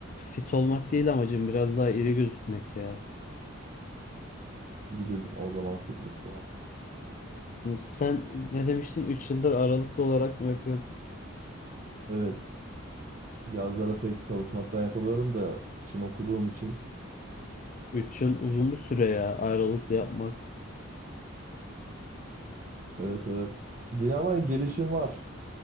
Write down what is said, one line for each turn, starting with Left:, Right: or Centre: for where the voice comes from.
Left: fit olmak değil amacım biraz daha iri gözükmek ya.
Right: İyi göz o zaman fitness ya.
Left: Hani Sen ne demiştin Üç yıldır aralıklı olarak mı yapıyordun?
Right: Evet, yazlara pek çalışmaktan yapamıyorum da işin okuduğum için.
Left: 3 yıl uzun bir süre ya aralıklı yapmak.
Right: Evet evet. Yine ama gelişim var.